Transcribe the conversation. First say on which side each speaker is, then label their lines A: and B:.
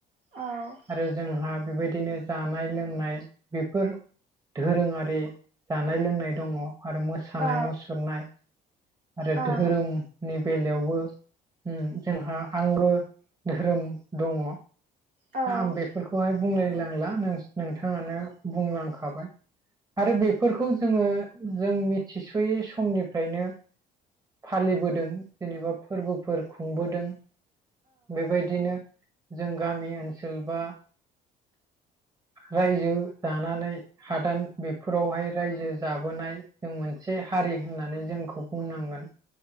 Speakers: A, on the right; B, on the right.
A: साइन्टिस्ट
B: आरो जोंहा बेबायदिनो जानाय लोंनाय बेफोर धोरोङारि जानाय लोंनाय दङ आरो मोसानाय
A: औ
B: मुसुरनाय आरो
A: औ
B: धोरोम नि बेलायावबो उम जोंहा आंगो धोरोम दङ।
A: औ
B: दा आं बेफोरखौहाय बुंलाय लांला नो-नोंथाङानो बुंलांखाबाय। आरो बेफोरखौ जोङो जों मिथिस'यै समनिफ्रायनो फालिबोदों। जेनेबा फोरबोफोर खुंबोदों बेबायदिनो जों गामि ओन सोल बा रायजो दानानै हादान बेफोरावहाय रायजो जाबोनाय जों मोनसे हारि होननानै जोंखौ बुंनांगोन।